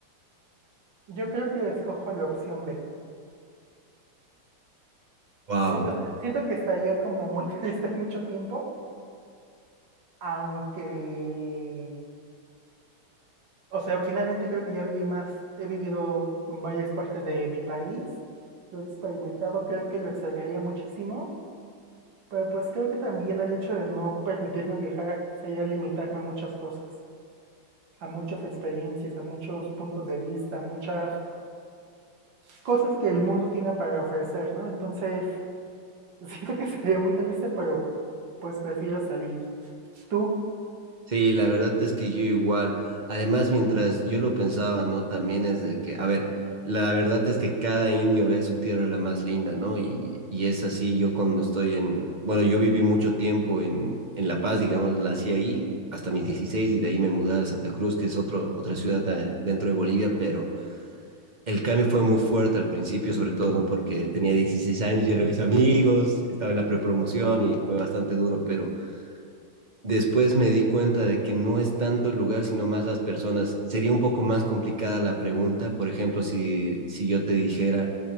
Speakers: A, on the right; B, on the right.
A: Yo creo que escojo la opción B.
B: Wow.
A: Sí, o sea, siento que estaría como muy <laughs> triste mucho tiempo, aunque, o sea, finalmente creo que ya viví más, he vivido en varias partes de mi país, lo he experimentado, creo que lo extrañaría muchísimo, Pero pues creo que también el hecho de no permitirme viajar sería limitarme a muchas cosas, a muchas experiencias, a muchos puntos de vista, a muchas cosas que el mundo tiene para ofrecer, ¿no? Entonces, <laughs> siento que sería muy triste, pero pues prefiero salir. Tú,
B: Sí, la verdad es que yo igual, además mientras yo lo pensaba, ¿no? También es de que, a ver, la verdad es que cada indio ve a su tierra la más linda, ¿no? Y, y es así, yo cuando estoy en, bueno, yo viví mucho tiempo en, en La Paz, digamos, nací ahí hasta mis 16 y de ahí me mudé a Santa Cruz, que es otro, otra ciudad eh, dentro de Bolivia, pero el cambio fue muy fuerte al principio, sobre todo, ¿no? Porque tenía 16 años y eran mis amigos, estaba en la prepromoción y fue bastante duro, pero... Después me di cuenta de que no es tanto el lugar, sino más las personas. Sería un poco más complicada la pregunta. Por ejemplo, si, si yo te dijera,